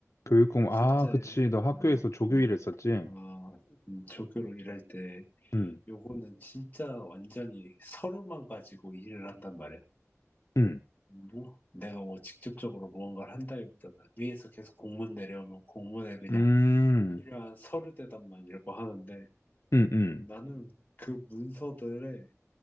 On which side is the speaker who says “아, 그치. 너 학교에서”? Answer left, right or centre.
Left